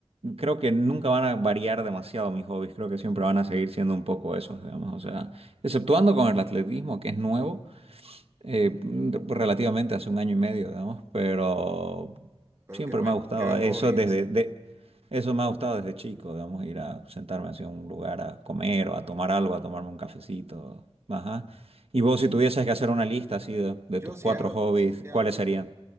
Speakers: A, on the right; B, on the right.
A: creo que nunca van a variar demasiado mis hobbies, creo que siempre van a seguir siendo un poco esos, digamos, o sea, exceptuando con el atletismo, que es nuevo eh, relativamente hace un año y medio, digamos, pero
B: Pero
A: siempre
B: qué buen,
A: me ha gustado
B: qué buen
A: eso
B: hobby
A: desde
B: ese.
A: de, eso me ha gustado desde chico, digamos, ir a sentarme hacia un lugar a comer o a tomar algo, a tomarme un cafecito, ajá. Y vos, si tuvieses que hacer una lista así de, de
B: Yo
A: tus
B: si
A: cuatro
B: hago,
A: hobbies,
B: si hago-
A: ¿cuáles
B: si
A: serían?
B: hago-